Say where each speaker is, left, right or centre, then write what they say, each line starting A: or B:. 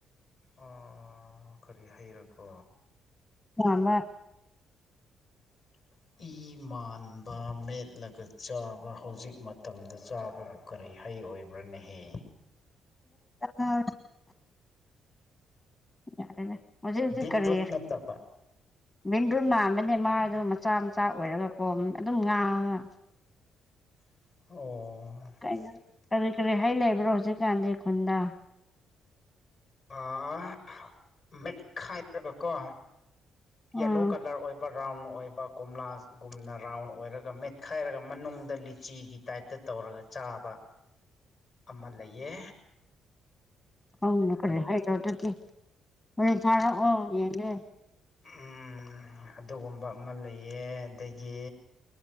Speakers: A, on the left (about 60°); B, on the left (about 25°).
A: ꯑꯣ ꯀꯔꯤ ꯍꯩꯔꯀꯣ
B: ꯆꯥꯝꯕ
A: <inaudible> ꯏ ꯃꯥꯟꯕ ꯃꯦꯠꯂꯒ ꯆꯥꯕ ꯍꯧꯖꯤꯛ ꯃꯇꯝꯗ ꯆꯥꯕꯕꯨ ꯀꯔꯤ ꯍꯩ ꯑꯣꯏꯕ꯭ꯔꯥ ꯅꯍꯦ
B: ꯍ <unintelligible> ꯌꯥꯔꯦꯗ ꯍꯧꯖꯤꯛ ꯍꯧꯖꯤꯛ
A: ꯕꯤꯠꯔꯨꯠ
B: ꯀꯔꯤ
A: ꯅꯠꯇꯕ
B: ꯕꯤꯟꯗꯨꯜ ꯃꯥꯥꯟꯕꯅꯦ ꯃꯥ ꯑꯗꯨ ꯃꯆꯥ ꯃꯆꯥ ꯑꯣꯏꯔꯒꯀꯣ ꯑꯗꯨꯝ ꯉꯥꯡꯉꯒ
A: ꯑꯣ
B: ꯀꯩꯅꯣ ꯀꯔꯤ ꯀꯔꯤ ꯍꯩ ꯂꯩꯕ꯭ꯔꯣ ꯍꯧꯖꯤꯛꯀꯥꯟꯗꯤ ꯈꯨꯟꯗ
A: ꯑꯥ ꯃꯦꯠꯈꯥꯏꯔꯒꯀꯣ
B: ꯎꯝ
A: ꯌꯦꯜꯂꯣ ꯀꯂꯔ ꯑꯣꯏꯕꯔ ꯔꯥꯎꯟ ꯑꯣꯏꯕ ꯀꯣꯝꯂꯥꯒꯨꯝꯅ ꯔꯥꯎꯟ ꯑꯣꯏꯔꯒ ꯃꯦꯠꯈꯥꯏꯔꯒ ꯃꯅꯨꯡꯗ ꯂꯤꯆꯤꯒꯤ ꯇꯥꯏꯞꯇ ꯇꯧ ꯇꯧꯔꯒ ꯆꯥꯕ ꯑꯃ ꯂꯩꯌꯦ
B: ꯍꯧꯅ ꯀꯔꯤ ꯍꯥꯏꯔꯣ ꯑꯗꯨꯗꯤ ꯍꯣꯔꯦꯟ ꯊꯥꯔꯛꯑꯣ ꯌꯦꯡꯒꯦ
A: ꯎꯝ ꯑꯗꯨꯒꯨꯝꯕ ꯑꯃ ꯂꯩꯌꯦ ꯑꯗꯒꯤ